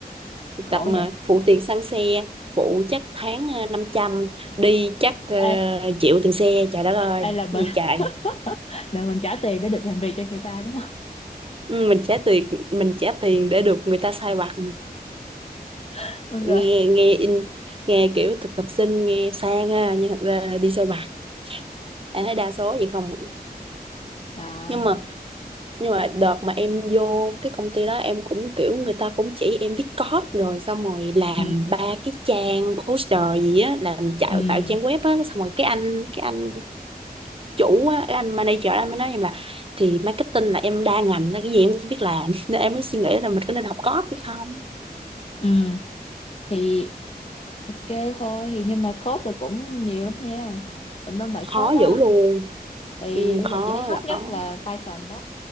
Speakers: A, on the right; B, on the left.
A: thực
B: khổ
A: tập mà
B: vậy
A: phụ tiền xăng xe phụ chắc tháng ờ, năm trăm đi chắc ờ,
B: ai
A: chịu tiền xe trời đất ơi
B: ai là mình
A: gì trời
B: <laughs> là mình trả tiền để được làm việc cho người ta đúng không
A: Ừ, mình trả tiền mình trả tiền để được người ta sai vặt
B: <laughs> đúng rồi
A: nghe nghe in nghe kiểu thực tập sinh nghe sang ha nhưng thật ra đi sai vặt em thấy đa số vậy không
B: à
A: nhưng mà nhưng mà đợt mà em vô cái công ty đó em cũng kiểu người ta cũng chỉ em viết code rồi xong rồi làm
B: ừ
A: ba cái trang poster gì á làm tạo
B: ừ
A: tạo trang web á xong rồi cái anh cái anh chủ á, cái anh manager anh mới nói em là thì marketing là em đa ngành nên cái gì em cũng biết làm <laughs> nên em mới suy nghĩ là mình có nên học code hay không
B: ừ thì ok thôi thì nhưng mà code thì cũng nhiều lắm nha tùm lum bài
A: khó
B: code đó
A: dữ luôn
B: thì
A: ừ,
B: bây
A: khó
B: giờ chị thấy hot
A: là
B: nhất
A: khó
B: là Python đó